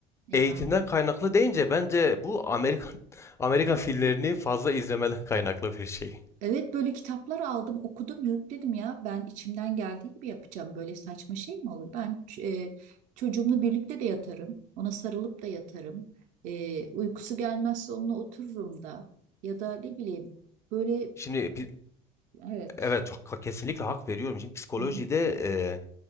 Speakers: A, on the right; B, on the left.
A: yani.
B: eğitimden kaynaklı deyince bence bu Amerikan <laughs> Amerikan filmlerini fazla izlemeden kaynaklı bir şey.
A: Evet böyle kitaplar aldım okudum yok dedim ya ben içimden geldiği gibi yapacağım böyle saçma şey mi olur? Ben e, çocuğumla birlikte de yatarım ona sarılıp da yatarım E, uykusu gelmezse onunla otururum da ya da ne bileyim böyle e,
B: Şimdi pi-
A: evet
B: Evet çok ha- kesinlikle hak veriyorum. Şimdi psikolojide
A: Hı hı.
B: e,